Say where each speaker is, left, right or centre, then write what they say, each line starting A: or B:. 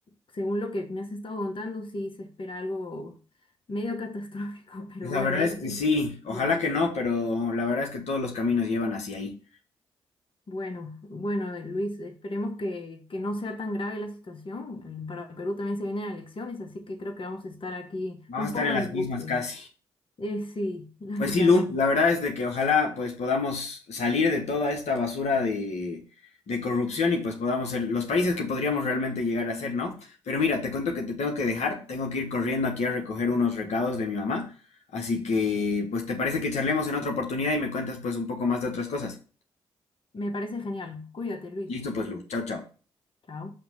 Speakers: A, on the left; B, on the left.
A: según lo que me has estado contando, sí se espera algo medio catastrófico, <laughs> pero
B: La
A: bueno,
B: verdad
A: es,
B: es que
A: es-
B: sí, ojalá
A: sí.
B: que no, pero la verdad es que todos los caminos llevan hacia ahí.
A: Bueno, bueno, eh, Luis, esperemos que, que no sea tan grave la situación. eh, Para Perú también se vienen elecciones, así que creo que vamos a estar aquí
B: Vamos
A: un
B: a estar
A: poco
B: en las
A: en angustias.
B: mismas casi.
A: Eh, sí, <laughs> lamentablemente.
B: Pues sí, Lu, la verdad es de que ojalá pues podamos salir de toda esta basura de, de corrupción y pues podamos ser los países que podríamos realmente llegar a ser, ¿no? Pero mira, te cuento que te tengo que dejar, tengo que ir corriendo aquí a recoger unos recados de mi mamá, así que pues te parece que charlemos en otra oportunidad y me cuentas pues un poco más de otras cosas.
A: Me parece genial. Cuídate, Luis.
B: Listo pues, Lu, chao, chao.
A: Chao.